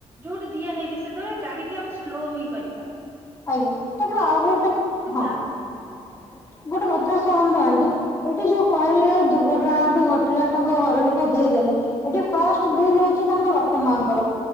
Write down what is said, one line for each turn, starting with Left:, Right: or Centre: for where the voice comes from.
Right: ଯୋଉଠିଆ ହେଇଛି ସେତେବେଳେ ଗାଡିିକ ଆମେ ସ୍ଲୋ ହିଁ କରିବ। ବା
Left: ଆଜ୍ଞା ତାପରେ ଆଉ ଗୋଟେ ହଁ
Right: ଯାଉ
Left: <inaudible> ଗୋଟେ କଥା ଶୁଣନ୍ତୁ। <unintelligible> ଏଠି ଯୋଉ କହିଲେ ଦୁର୍ଘଟଣାଟି ଘଟିଲା ତାଙ୍କ ଘରେ ଲୋକ ଦେଇଦେଲେ ଏଠି ଫାଷ୍ଟ ଭୁଲ ହଉ ତାଙ୍କ ବାପା ମାଙ୍କର